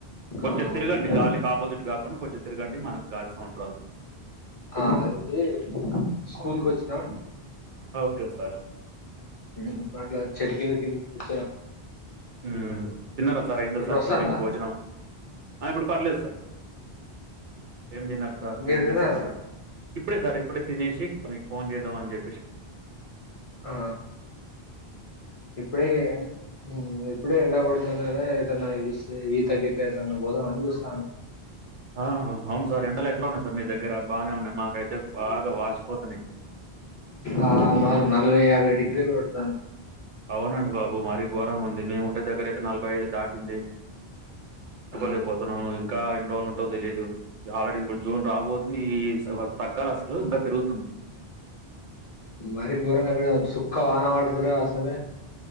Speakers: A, on the right (about 60°); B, on the left (about 45°).
A: కొంచెం
B: ఆ
A: తిరగండి
B: ఇటు
A: గాలికి ఆపోజిట్ కాకుండా కొంచెం తిరగండి మనకు గాలి సౌండ్ రాదు
B: ఆ ఇది స్కూలుకొచ్చిన
A: అ ఓకే సార్
B: ఉహ్మ్ అట్లా చెటు కింద కేళ్లి కూర్చున్న
A: ఉహ్మ్ తిన్నరా సార్ అయిందా సార్
B: వస్తాందా
A: టిఫిన్ భోజనం ఆ ఇప్పుడు పర్లేదు సార్ ఏం తిన్నారు సార్
B: మీరు
A: ఏం
B: తిన్నారా
A: జేస్తున్నరు
B: సార్
A: ఇప్పుడే సార్ ఇప్పుడే తినేసి మీకు ఫోన్ చేద్దాం అని జెప్పేసి
B: ఆ ఇప్పుడే ఇగే ఉమ్మ్ ఇప్పుడే ఎండ కొడుతుందని ఎటన ఈష్ ఈత గిట్ల ఎటన్న పోదామని చూస్తాన్న
A: ఆహ్ అవును సార్ ఎండలు ఎట్లా ఉన్నాయి సార్ మీ దగ్గర బానేవున్నాయా మాకైతే బాగా వాచిపోతున్నాయి.
B: ఆ మాకు నలభై యాభై డిగ్రీలు కోడతాంది
A: అవునండి బాబు మరీ ఘోరంగా ఉంది మేము ఉండే దగ్గరయితే నలభై ఐదు దాటింది తట్టుకోలేకపోతున్నాం
B: ఆ
A: ఇంకా ఎన్నిరోజులు టో తెలీదు ఆల్రెడీ ఇప్పుడు జూన్ రాబోతుంది ఈ స తగ్గాలి అసలు ఇంకా పెరుగుతుంది
B: మరి ఘోరంగా ఇప్పుడు చుక్క వాన పడతలేదు అసలే